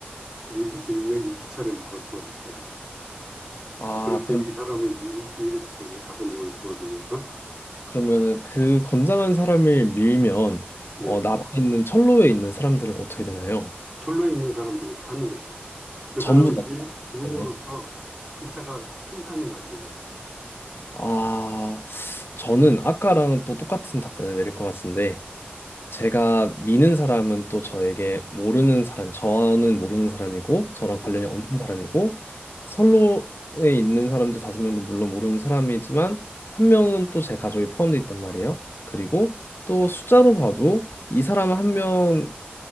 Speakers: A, on the right; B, on the left.
A: 밀, 밀면 이 기차를 막을 수가 있어요.
B: 아,
A: 그럴 때
B: 그럼
A: 이 사람을 밀, 밀으실 건가요? 다섯 명을 구하기 위해서?
B: 그러면은 그 건장한 사람을 밀면
A: 네.
B: 어, 남아 있는 철로에 있는 사람들은 어떻게 되나요?
A: 철로에 있는 사람들이 사는 거죠. 그
B: 전부
A: 사람을
B: 다
A: 밀, 밀므로써
B: 하나요?
A: 기차가 쓴다는 과정이에요.
B: 아, 저는 아까랑 또 똑같은 답변을 내릴 것 같은데 제가 미는 사람은 또 저에게 모르는 사람, 저는 모르는 사람이고, 저랑
A: 네.
B: 관련이 없는 사람이고, 선로에 있는 사람들 다섯 명도 물론 모르는 사람이지만, 한 명은 또 제 가족에 포함되어 있단 말이에요. 그리고 또 숫자로 봐도 이 사람 한 명을